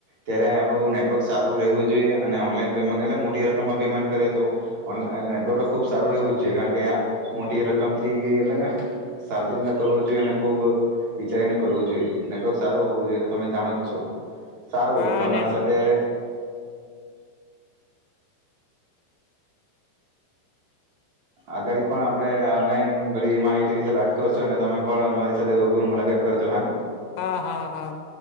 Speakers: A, on the right; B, on the left.
A: ત્યારે આપડું નેટવર્ક સારું રહેવું જોઈએ અને ઓનલાઈન પે એટલે મોટી રકમ માં પેમેન્ટ કરે તોનલાન નેટવર્ક તો ખુબ સારું રહેવું જ જોઈએ કારણ કે મોટી રકમ થી એટલે કે સાવચ રીતે કરવું જોઈએ અને ખુબ વિચારીને કરવું જોઈએ નેટવર્ક સારું હોવું જોઈએ તમે જાણો જ છો. સારું
B: હા
A: તમારી
B: ને
A: સાથે આગળ પણ આપડે ઓનલાઈન બધી એ માહિતી વિસે વાત કરશું અને તમે પણ મારી સાથે ઉબ મુલાકાત કરજો હા ને.
B: હા હા હા.